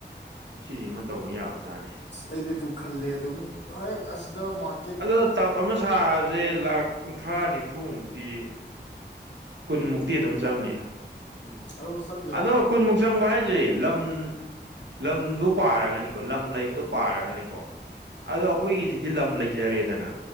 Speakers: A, on the right (about 80°); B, on the left (about 75°).
A: ꯁꯤꯁꯤꯃ ꯇꯧꯕ ꯌꯥꯕꯖꯥꯠꯅꯦ
B: ꯁ ꯑꯩꯗꯤ ꯑꯗꯨ ꯈꯜꯂꯦ ꯑꯗꯨꯝ ꯍꯦꯛ ꯑꯁꯤꯗ ꯃꯥꯔꯀꯦꯠ
A: ꯑꯗꯨꯅ ꯇꯞ ꯑꯃ ꯁꯥꯕꯁꯦ ꯂꯥꯛ ꯀꯨꯟꯊ꯭ꯔꯥ ꯅꯤꯐꯨꯃꯨꯛꯇꯤ ꯀꯨꯟꯃꯨꯛꯇꯤ ꯑꯗꯨꯝ ꯆꯪꯅꯤ
B: ꯎꯝ ꯑꯗꯨ ꯆꯪꯖ
A: ꯑꯗꯣ
B: ꯅꯣꯕꯣ
A: ꯀꯨꯟꯃꯨꯛ ꯆꯪꯕ ꯍꯥꯏꯁꯦ ꯂꯝ ꯂꯝꯗꯨ ꯄꯥꯔꯒꯅꯤꯀꯣ ꯂꯝ ꯂꯩꯕꯗꯨ
B: ꯎꯝ
A: ꯄꯥꯔꯒꯅꯤꯀꯣ ꯑꯗꯣ ꯑꯩꯈꯣꯏꯒꯤꯁꯤꯗꯤ ꯂꯝ ꯂꯩꯖꯔꯦꯗꯅ